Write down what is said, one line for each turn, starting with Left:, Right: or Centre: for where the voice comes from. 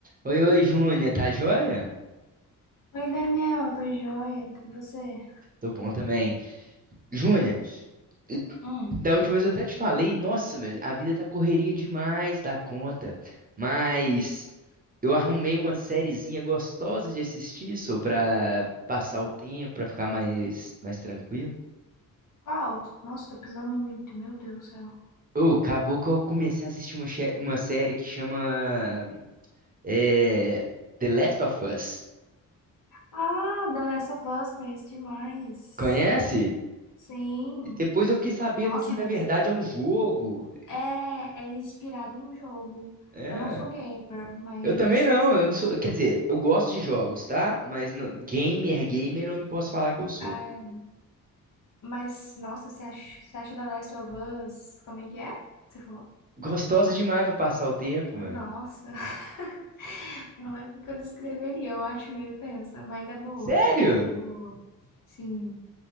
Right: Oi, oi, Júnia, tá joia?
Left: Oi, Daniel, tô joia. E você?
Right: Tô bom também. Júnia, e-
Left: Hum.
Right: da última vez eu até te falei, nossa, meu, a vida tá correria demais da conta, mas eu arrumei uma sériezinha gostosa de assistir, só pra passar o tempo, pra ficar mais, mais tranquilo.
Left: Qual? Nossa, tô precisando muito, meu Deus do céu.
Right: Ô, acabou que eu comecei a assistir uma, che- uma série que chama é, The Last of Us.
Left: Ah, The Last of Us, conheço demais.
Right: Conhece?
Left: Sim.
Right: E Depois eu fiquei sabendo
Left: Nossa,
Right: que,
Left: mas
Right: na verdade, é um jogo.
Left: é, é inspirado em um jogo.
Right: É.
Left: Eu não sou gamer, mas
Right: Eu também não,
Left: a série
Right: eu
Left: é
Right: não sou.
Left: boa.
Right: Quer dizer, eu gosto de jogos, tá? Mas não- gamer, gamer, eu não posso falar que eu sou.
Left: É, mas, nossa, você acha, você acha The Last of Us? Como é que é? que Você falou?
Right: Gostosa demais pra passar o tempo, mano.
Left: Nossa, <laughs> não é assim que eu descreveria. Eu acho meio tensa, mas é boa.
Right: Sério?
Left: É boa. Sim.